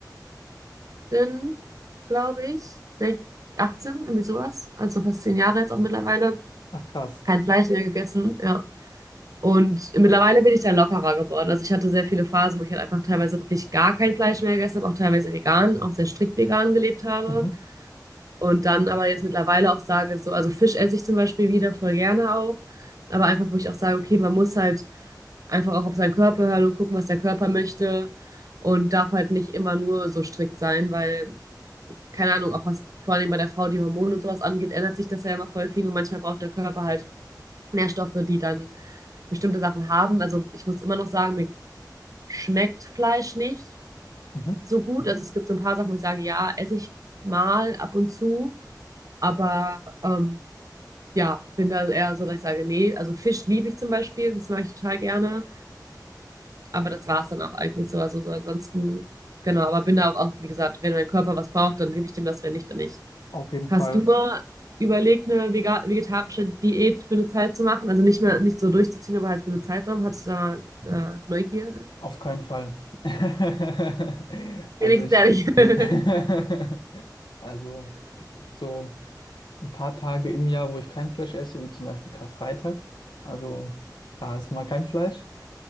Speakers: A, on the right; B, on the left.
A: siebzehn, glaube ich. Vielleicht 18, irgendwie sowas. Also fast zehn Jahre jetzt auch mittlerweile.
B: Ach, krass.
A: Kein Fleisch mehr gegessen, ja. Und mittlerweile bin ich da lockerer geworden. Also ich hatte sehr viele Phasen, wo ich halt einfach teilweise wirklich gar kein Fleisch mehr gegessen habe, auch teilweise vegan, auch sehr strikt vegan gelebt habe.
B: Mhm.
A: Und dann aber jetzt mittlerweile auch sage, so, also Fisch esse ich zum Beispiel wieder voll gerne auch. Aber einfach, wo ich auch sage, okay, man muss halt einfach auch auf seinen Körper hören und gucken, was der Körper möchte. Und darf halt nicht immer nur so strikt sein, weil, keine Ahnung, auch was vor allem bei der Frau die Hormone und sowas angeht, ändert sich das ja immer voll viel. Und manchmal braucht der Körper halt Nährstoffe, die dann bestimmte Sachen haben. Also ich muss immer noch sagen, mir schmeckt Fleisch nicht
B: Mhm.
A: so gut. Also es gibt so ein paar Sachen, wo ich sage, ja, esse ich mal ab und zu. Aber ähm, ja, bin da eher so, dass ich sage, nee, also Fisch liebe ich zum Beispiel, das mache ich total gerne, aber das war es dann auch eigentlich so, also so ansonsten, genau, aber bin da auch, auch, wie gesagt, wenn mein Körper was braucht, dann gebe ich dem das, wenn nicht, dann nicht.
B: Auf jeden
A: Hast
B: Fall.
A: du mal überlegt, eine vega- vegetarische Diät für eine Zeit zu machen? Also nicht mehr, nicht so durchzuziehen, aber halt für eine Zeitraum, hattest du da äh, Neugierde?
B: Auf keinen Fall. <laughs>
A: Wenigstens
B: Also ich,
A: ehrlich. <laughs>
B: <laughs> also es gibt so ein paar Tage im Jahr, wo ich kein Fleisch esse, wie zum Beispiel Karfreitag. Also da ist mal kein Fleisch.